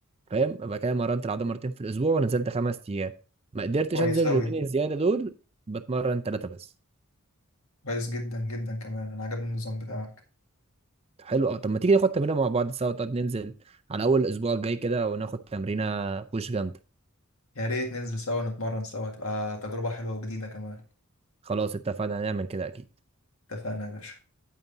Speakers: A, on the right; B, on the left.
A: فاهم يبقى كده مرنت العضله مرتين في الاسبوع ونزلت خمس ايام ما قدرتش
B: كويس
A: انزل
B: قوي
A: اليومين الزياده دول بتمرن ثلاثه بس
B: كويس جدا جدا كمان انا عجبني النظام بتاعك
A: حلو أوي. طب ما تيجي ناخد تمرينه مع بعض سوا طب ننزل على اول الاسبوع الجاي كده وناخد تمرينه بوش جامده
B: يا ريت ننزل سوا نتمرن سوا تبقى تجربة حلوة وجديدة كمان
A: خلاص اتفقنا هنعمل كده اكيد
B: اتفقنا يا باشا